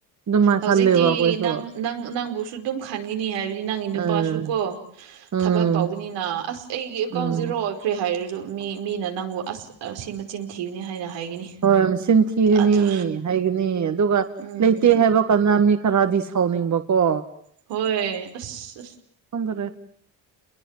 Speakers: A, on the right; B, on the right.
A: ꯑꯗꯨꯃꯥꯏꯅ
B: ꯍꯧꯖꯤꯛꯇꯤ
A: ꯈꯜꯂꯦꯕ ꯑꯩꯈꯣꯏꯁꯨ
B: ꯅꯪ ꯅꯪ ꯅꯪꯕꯨꯁꯨ ꯑꯗꯨꯝ ꯈꯟꯈꯤꯅꯤ ꯍꯥꯏꯕꯗꯤ ꯅꯪꯒꯤ ꯅꯨꯄꯥꯁꯨ
A: ꯎꯝ
B: ꯀꯣ
A: ꯎꯝ
B: ꯊꯕꯛ ꯇꯧꯕ ꯅꯤꯅ ꯑꯁ ꯑꯩꯒꯤ ꯑꯦꯀꯥꯎꯟ
A: ꯎꯝ
B: ꯖꯤꯔꯣ ꯈ꯭ꯔꯦ ꯍꯥꯏꯔꯁꯨ ꯃꯤ ꯃꯤꯅ ꯅꯪꯕꯨ ꯑꯁ ꯑꯁꯤ ꯃꯆꯤꯟ ꯊꯤꯕꯅꯤ ꯍꯥꯏꯅ ꯍꯥꯏꯒꯅꯤ
A: ꯍꯣꯏ ꯃꯆꯤꯟ ꯊꯤꯒꯅꯤ
B: ꯑꯗꯨ
A: ꯍꯥꯏꯒꯅꯤ ꯑꯗꯨꯒ
B: ꯎꯝ
A: ꯂꯩꯇꯦ ꯍꯥꯏꯕ ꯀꯥꯟꯗ ꯃꯤ ꯈꯔꯗꯤ ꯁꯥꯎꯅꯤꯡꯕꯀꯣ
B: ꯍꯣꯏ ꯑꯁ
A: ꯈꯪꯗꯔꯦ